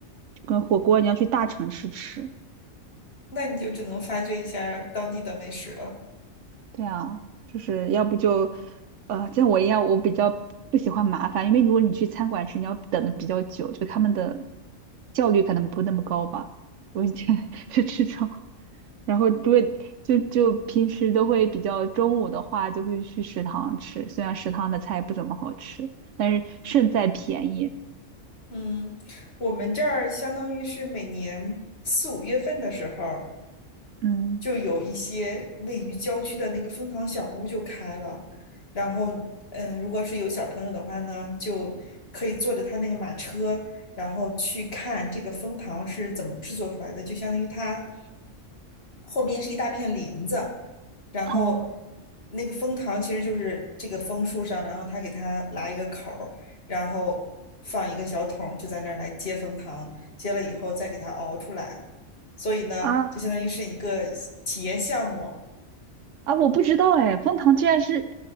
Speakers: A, on the right; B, on the left.
A: 跟火锅你要去大城市吃，
B: 那你就只能发掘一下当地的美食了。
A: 对啊，就是要不就，呃，像我一样，我比较不喜欢麻烦，因为如果你去餐馆吃，你要等的比较久，就他们的效率可能不那么高吧。我以前 <laughs> 是这种，然后如果就就平时都会比较中午的话，就会去食堂吃，虽然食堂的菜不怎么好吃，但是胜在便宜。
B: 嗯，我们这儿相当于是每年四五月份的时候，
A: 嗯，
B: 就有一些位于郊区的那个蜂糖小屋就开了，然后，嗯、呃如果是有小朋友的话呢，就可以坐着他那个马车，然后去看这个蜂糖是怎么制作出来的，就相当于它后边是一大片林子，然后
A: 哦
B: 那个蜂糖其实就是这个枫树上，然后他给它拉一个口儿，然后放一个小桶就在那儿来接蜂糖，接了以后再给它熬出来。所以呢，
A: 啊
B: 就相当于是一个体验项目。
A: 啊，我不知道哎，枫糖居然是